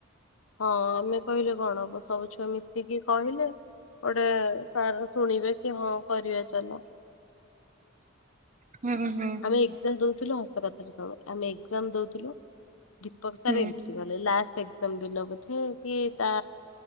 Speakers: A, on the left; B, on the right.
A: ହଁ ଆମେ କହିଲେ କଣ ହବ। ସବୁ ଛୁଆ ମିଶିକି କହିଲେ? ଗୋଟେ ସାର୍ ଶୁଣିବେ କି ହଁ କରିବା ଚାଲ।
B: ହୁଁ ହୁଁ
A: ଆମେ ଏଗଜାମ ଦଉଥିଲୁ ହସ କଥାଟେ ଶୁଣ। ଆମେ ଏଗଜାମ ଦଉଥୁଲୁ ଦୀପକ ସାର
B: ହୁଁ
A: ଏନଟିରି କଲେ ଲାଆଷଟ ଏଗଜାମ ଦିନ। ବୋଧେ କି ତା